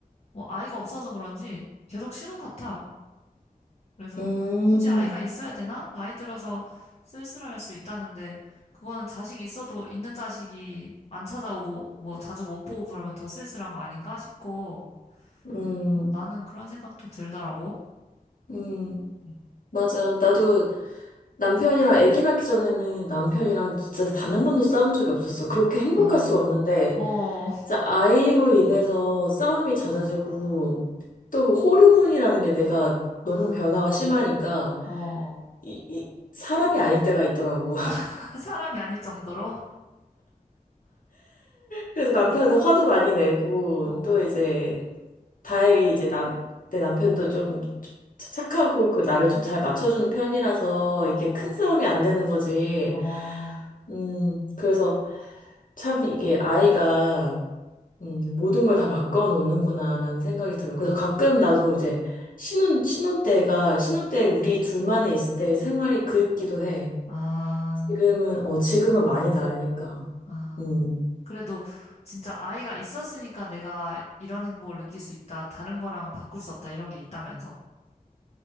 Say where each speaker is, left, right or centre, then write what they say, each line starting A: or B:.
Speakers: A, on the left; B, on the left.
A: 뭐, 아이가 없어서 그런지 계속 신혼 같아. 그래서
B: 음,
A: 굳이 아이가 있어야 되나? 나이 들어서 쓸쓸할 수 있다는데 그거는 자식 있어도 있는 자식이 안 찾아오고 뭐 자주 못 보고 그러면 더 쓸쓸한 거 아닌가 싶고
B: 음,
A: 어, 나는 그런 생각도 들더라고.
B: 음.
A: 음.
B: 맞아. 나도 남편이랑 아기 낳기 전에는 남편이랑 진짜 단 한 번도 싸운 적이 없었어. 그렇게 행복할
A: 아,
B: 수가 없는데,
A: 어,
B: 진짜 아이로 인해서 싸움이 잦아지고
A: 아,
B: 또 호르몬이라는 게 내가
A: 아,
B: 너무 변화가 심하니까
A: 어.
B: 이, 이 사람이 아닐 때가 있더라고. <laughs>
A: <laughs> 사람이 아닐 정도로?
B: 그래서 남편한테 화도 많이 내고
A: 어,
B: 또 이제 다행히 이제 남, 내 남편도 좀 착하고 그 나를 좀 잘 맞춰주는 편이라서
A: 어,
B: 이게 큰 싸움이 안 되는 거지.
A: 어,
B: 음, 그래서 참 이게 아이가 음, 모든 걸 다 바꿔 놓는구나라는 생각이 들어. 그래서
A: 아,
B: 가끔 나도 이제 신혼, 신혼 때가, 신혼 때 우리 둘만의 있을 때 생활이 그립기도 해.
A: 아.
B: 지금은, 어, 지금은 많이 다르니까.
A: 아,
B: 음.
A: 그래도 진짜 아이가 있었으니까 내가 이런 행복을 느낄 수 있다. 다른 거랑은 바꿀 수 없다. 이런 게 있다면서.